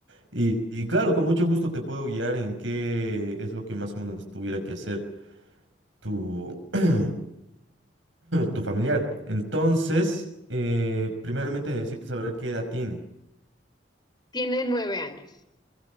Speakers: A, on the right (about 80°); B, on the left (about 25°).
A: y, y claro, con mucho gusto te puedo guiar en qué es lo que más o menos tuviera que hacer tu, <clears throat> tu familiar. Entonces, eh, primeramente necesito saber qué edad tiene.
B: Tiene nueve años.